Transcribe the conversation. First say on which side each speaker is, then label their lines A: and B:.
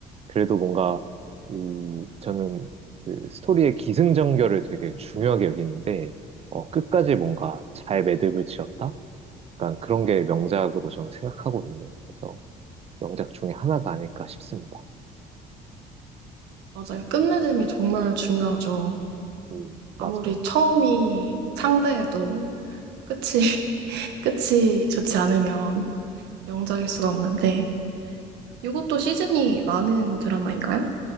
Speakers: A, on the right; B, on the right.
A: 그래도 뭔가, 이, 저는 그 스토리의 기승전결을 되게 중요하게 여기는데, 어, 끝까지 뭔가 잘 매듭을 지었다? 약간 그런 게 명작으로 저는 생각하거든요. 그래서 명작 중에 하나가 아닐까 싶습니다.
B: 맞아요. 끝맺음이 정말 중요하죠.
A: 음, 맞아요.
B: 아무리 처음이 상대해도 끝이, <laughs> 끝이 좋지 않으면 명작일 수가 없는데. 이것도 시즌이 많은 드라마인가요?